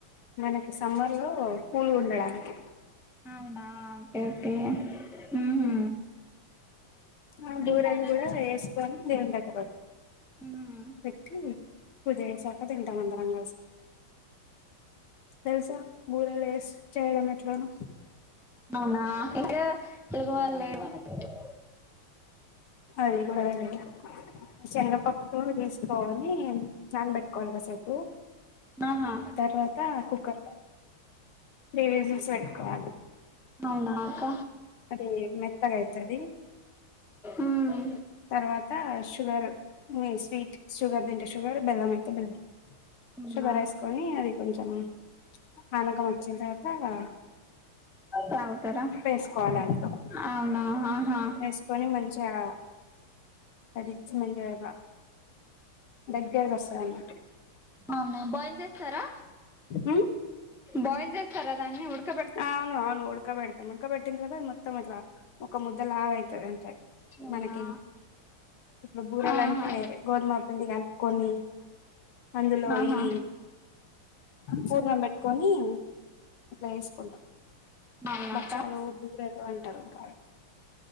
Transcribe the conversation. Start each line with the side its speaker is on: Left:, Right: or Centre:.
Left: మనకి సమ్మర్ లో కూల్ ఉండడానికి
Centre: అవునా ఓకే ఓకే ఉహు
Left: మ్మ్ ఆ బూరలు
Centre: ఇంకా ఎలా
Left: కూడా
Centre: చేసుకుంటారు
Left: వేసుకొని దేవుని దగ్గర పోయి
Centre: ఉమ్
Left: పెట్టి పూజ చేశాక తిన్ త్తం అందరం కలిసి తెలుసా బూరలు లేస్ చేయడం ఎట్లనో
Centre: అవునా ఇంకా <unintelligible>
Left: అది కూడా తెల్దండి శనగపప్పు తీసుకోని నానబెట్టకో కసేపు
Centre: ఆహా
Left: తర్వాత కుక్కర్ త్రీ విజిల్స్ పెట్టుకోవాలి
Centre: అవునా అక్క
Left: అది మెత్తగా అయితది
Centre: మ్మ్ మ్మ్
Left: తర్వాత షుగర్ మీ స్వీట్ షుగర్ తింటే షు. ఒగోరు బెల్లం అయితే బెల్లం
Centre: అవునా
Left: షుగర్ వేసుకొని అది కొంచెం పానకం వచ్చిన తర్వాత ఆ
Centre: రాముతార
Left: వేసుకోవాలి అందులో
Centre: అవునా ఆహా
Left: వేసుకొని మంచిగా ఆ అది ఇవు దించాక దగ్గర వస్తదన్నమాట
Centre: అవునా బాయిల్ చేస్తారా
Left: ఉమ్
Centre: బాయిల్ చేస్తారా దాన్ని ఉడ్
Left: అవునువును ఉడకబెడతాం ఉడకబెడ్ తిందుగా మొత్తం ఇట్లా ఒక ముద్దలా అయి తది అంతే
Centre: అవునా
Left: మనకి ఇట్లు బూరలంటే
Centre: ఆహా
Left: గోధుమ పిండి కలుపుకొని అందులో
Centre: ఆహా
Left: ఈ పూర్ణం పెట్టుకొని అట్లా చేస్ కుంట
Centre: అవునక్క
Left: భక్షాలు బూరెలు అంటారు ఇంకా